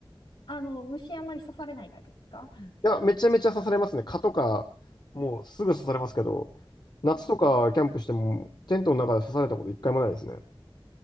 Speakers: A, on the left; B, on the left.
A: あの、虫あんまり刺されないタイプですかうん。
B: いや、めちゃめちゃ刺されますね。蚊とか、もうすぐ刺されますけど、
A: あ、
B: 夏とかキャンプしても、
A: うんうん。
B: テントの中で刺されたこと一回もないですね。